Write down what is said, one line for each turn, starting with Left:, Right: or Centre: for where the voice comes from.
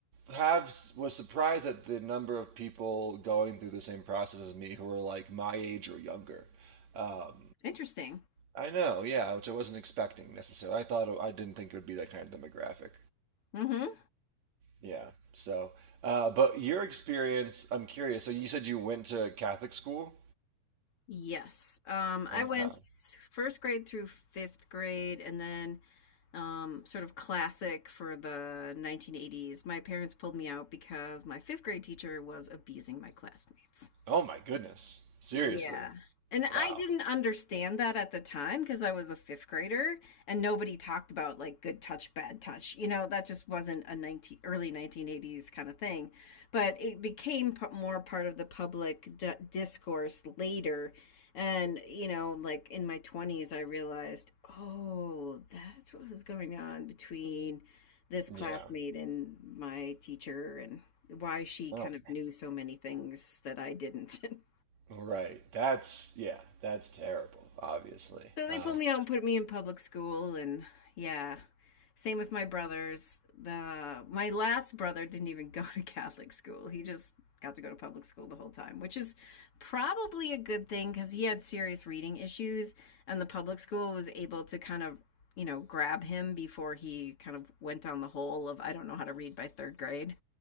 Right: have was surprised at the number of people going through the same process as me who are like my age or younger. Um,
Left: interesting.
Right: I know, yeah, which I wasn't expecting necessarily. I thought it, I didn't think it would be that kind of demographic.
Left: hmm
Right: Yeah, so. Uh, but your experience, I'm curious. So you said you went to Catholic school?
Left: Yes. Um, I
Right: Okay.
Left: Right. went first grade through fifth grade and then um, sort of classic for the 1980s. My parents pulled me out because my fifth grade teacher was abusing my classmates.
Right: Oh my goodness. Seriously.
Left: Yeah. And I
Right: Wow.
Left: didn't understand that at the time because I was a fifth grader and nobody talked about like good touch, bad touch. You know, that just wasn't a 19, early 1980s kind of thing. But it became p- more part of the public d discourse later. And, you know, like in my 20s, I realized, oh, that's what was going on between this classmate
Right: Yeah.
Left: and my teacher and why she
Right: Oh
Left: kind of knew so many things that I didn't. <laughs>
Right: Right. That's yeah. That's terrible. Obviously.
Left: So they
Right: Um,
Left: pulled me out and put me in public school, and yeah, same with my brothers. The my last brother didn't even <laughs> go to Catholic school. He just got to go to public school the whole time, which is probably a good thing because he had serious reading issues, and the public school was able to kind of you know grab him before he kind of went down the hole of I don't know how to read by third grade.